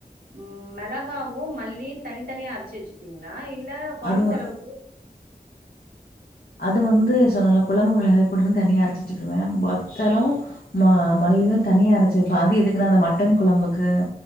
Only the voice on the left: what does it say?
அது வந்
அது வந்து சொன்னல்ல குழம்பு மிளகாய் பொடினு தனியா அரச்சு வச்சிகிடுவ வத்தலு ம மல் லியு தனியா அரச்சிருப்ப அது எதுக்குன்னா அந்த மட்டன் குழம்புக்கு